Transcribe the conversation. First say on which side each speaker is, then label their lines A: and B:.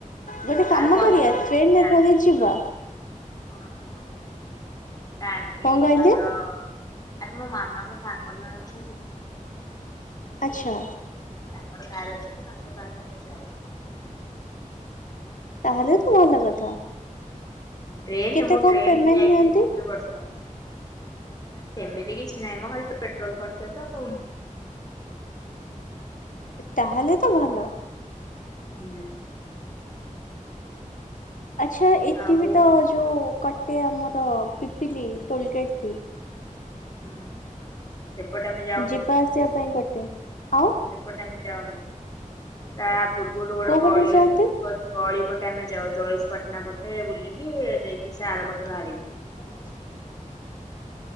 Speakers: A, on the left; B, on the left.
A: ଗୋଟେ କାମ
B: ତାର କରିକି
A: କରିବା
B: ନୁହଁବ
A: ଟ୍ରେନରେ
B: ମୋତେ ଆଙ୍କର
A: ଥରେ ଯିବା।
B: ଶୁଣ ଶୁଣ ଶୁଣ ଗୋଟେ ଆଣ୍ଟି
A: କଣ କହିଲେ
B: ଆମର ଆ ତ ମୋ ମାମାଙ୍କ ସାଙ୍ଗ ଜଣ ଅଛନ୍ତି ତ
A: ଆଚ୍ଛା
B: ତାଙ୍କର କାର ଅଛି ତ ତାଙ୍କ କାର ରେ ଯାଉ।
A: ତାହେଲେ ତ ଭଲ କଥା।
B: ଟ୍ରେନ
A: କେତେ
B: ମୁଁ
A: କଣ
B: ଟ୍ରେନରେ
A: ପେମେଣ୍ଟ
B: ଯାଇଥିଲି
A: ନିଅନ୍ତି
B: ଗୋଟିଏ ବର୍ଷ। ସେମିତି କିଛି ନାହିଁ ମୋ ଖାଲି ତ ପେଟ୍ରୋଲ ଖର୍ଚ୍ଚ ତ ଆଉ।
A: ତାହେଲେ ତ ଭଲ।
B: ହୁଁ
A: ଆଚ୍ଛା ଏଠି
B: ଆଉ
A: ବିି ତ ଯୋଉ କଟେ ଆମର ପିପିଲି ଟୋଲଗେଟ ଠି।
B: ହୁଁ ଏପଟ ଆମେ ଯାଉ।
A: ଯିବା ଆସିବା ପାଇଁ ଗୋଟେ ଆଉ
B: ସେପଟେ ଆମେ ଯାଉନୁ ତା ପୂର୍ବରୁ ଗୋଟେ
A: କୋଉ
B: ଗଳି
A: ବାଟେ ଯାଆନ୍ତି?
B: ଅଛି ଗଳି ପଟେ। ଗଟେ ଆମେ ଯାଉ ଜୟେଶପଟନା ପଟେ ବୁଲିକି ଯାଇକି ସେ ଆଡ ପଟେ ବାହାରିବୁ।
A: ହଉ